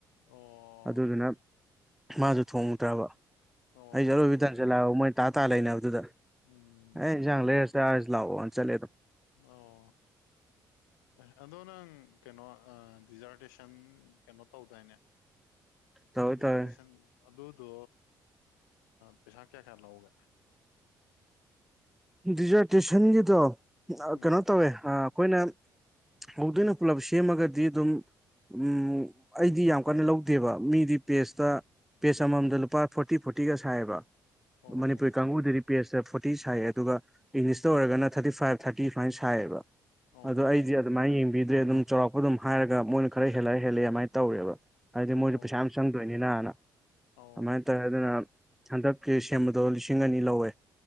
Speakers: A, on the left (about 85°); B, in the centre.
A: ꯑꯣ
B: ꯑꯗꯨꯗꯨꯅ ꯃꯥꯁꯨ ꯊꯣꯡꯉꯨꯗ꯭ꯔꯕ
A: ꯑꯣ
B: ꯑꯩꯁꯦ ꯑꯠꯂꯣꯏꯕꯤꯗꯟꯁꯠꯂꯥꯛꯑ ꯃꯣꯏ ꯇꯥ ꯇꯥ ꯂꯩꯅꯦ ꯑꯗꯨꯗ
A: ꯎꯝ
B: ꯑꯩ ꯏꯟꯖꯥꯡ ꯂꯩꯔ ꯆꯥꯔꯁꯤ ꯂꯥꯛꯑꯣꯅ ꯆꯠꯂꯦꯗꯣ
A: ꯑꯣ ꯑꯦ ꯑꯗꯣ ꯅꯪ ꯀꯩꯅꯣ ꯗꯤꯖꯥꯔꯇꯦꯁꯟ ꯀꯩꯅꯣ ꯇꯧꯗꯥꯏꯅꯦ
B: ꯇꯧꯋꯦ
A: ꯔꯤꯖꯥꯔꯕꯦꯁꯟ
B: ꯇꯧꯋꯦ
A: ꯑꯗꯨꯗꯣ ꯄꯩꯁꯥ ꯀꯌꯥ ꯀꯌꯥ ꯂꯧꯒꯦ
B: ꯗꯤꯖꯔꯇꯦꯁꯟꯒꯤꯗꯣ
A: ꯎꯝ
B: ꯀꯩꯅꯣ ꯇꯧꯋꯦ ꯑꯩꯈꯣꯏꯅ ꯍꯧꯗꯣꯏꯅ ꯄꯨꯂꯞ ꯁꯦꯝꯃꯒꯗꯤ ꯑꯗꯨꯝ ꯎꯝ ꯑꯩꯗꯤ ꯌꯥꯝ ꯀꯟꯅ ꯂꯧꯗꯦꯕ ꯃꯤꯗꯤ ꯄꯦꯁꯇ ꯄꯦꯖ ꯑꯃꯃꯝꯗ ꯂꯨꯄꯥ ꯐꯣꯔꯇꯤ ꯐꯣꯔꯇꯤꯒ ꯁꯥꯏꯌꯦꯕ
A: ꯑꯣ
B: ꯃꯅꯤꯄꯨꯔꯤ ꯀꯥꯡꯕꯨꯗꯗꯤ ꯄꯦꯖꯇ ꯐꯣꯔꯇꯤ ꯁꯥꯏꯌꯦ ꯑꯗꯨꯒ ꯏꯪꯂꯤꯁꯇ ꯑꯣꯏꯔꯒꯅ ꯊꯥꯔꯇꯤ ꯐꯥꯏꯚ ꯊꯥꯔꯇꯤ ꯁꯨꯃꯥꯏꯅ ꯁꯥꯏꯌꯦꯕ
A: ꯑꯣ
B: ꯑꯗꯣ ꯑꯩꯗꯤ ꯑꯗꯨꯃꯥꯏꯅ ꯌꯦꯡꯕꯤꯗ꯭ꯔꯦ ꯑꯗꯨꯝ ꯆꯥꯎꯔꯥꯛꯄ ꯑꯗꯨꯝ ꯍꯥꯏꯔꯒ ꯃꯣꯏꯅ ꯈꯔ ꯍꯦꯜꯂꯑꯦ ꯍꯦꯜꯂꯛꯦꯃꯥꯏꯅ ꯇꯧꯔꯦꯕ ꯍꯥꯏꯗꯤ
A: ꯑꯣ
B: ꯃꯣꯏꯁꯨ ꯁꯦꯝꯁꯪꯗꯣꯏꯅꯤꯅꯅ
A: ꯑꯣ
B: ꯑꯗꯨꯃꯥꯏꯅ ꯇꯧꯋꯦ ꯑꯗꯨꯅ ꯍꯟꯗꯛꯀꯤ ꯁꯦꯝꯕꯗꯣ ꯂꯤꯁꯤꯡ ꯑꯅꯤ ꯂꯧꯋꯦ꯫